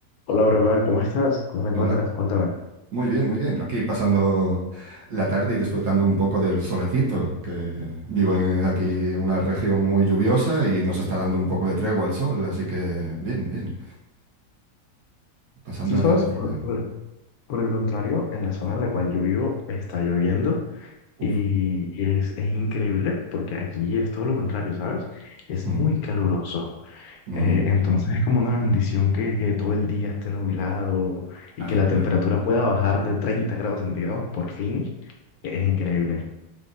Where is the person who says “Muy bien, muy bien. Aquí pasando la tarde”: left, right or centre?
Right